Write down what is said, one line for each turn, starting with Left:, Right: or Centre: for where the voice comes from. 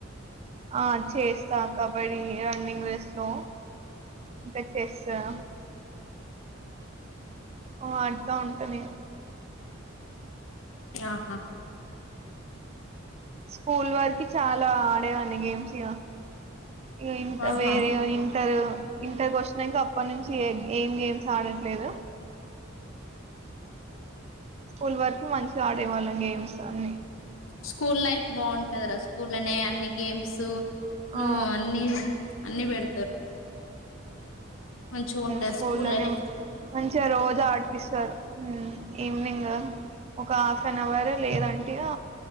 Right: ఆ చేస్తా కబడ్డీ రన్నింగ్ రేస్ లో ఇంకా చెస్ ఆ ఆ ఆడుతా ఉంటా నేను
Left: ఆహా
Right: స్కూల్ వారికి చాలా ఆడేదాన్ని గేమ్స్ ఇగా ఇ ఇంత
Left: ఆహా
Right: వేర్ ఇంటర్ ఇంటర్ వచ్చినాక ఇంక అప్పటి నుంచి ఏం గేమ్స్ ఆడట్లేదు స్కూల్ వరకి మంచిగా ఆడే వాళ్ళం గేమ్స్ అన్ని
Left: స్కూల్ లైఫ్ బాగుంటది రా స్కూల్లోనే అన్ని గేమ్స్ ను
Right: ఆ
Left: అన్ని అన్ని పెడతారు మంచిగా ఉంటది
Right: స్కూల్లనే
Left: స్కూల్లోనే
Right: మంచిగా రోజా ఆడిపిస్తారు ఈవనింగ్ ఒక హాఫ్ అన్ అవర్ లేదంటగా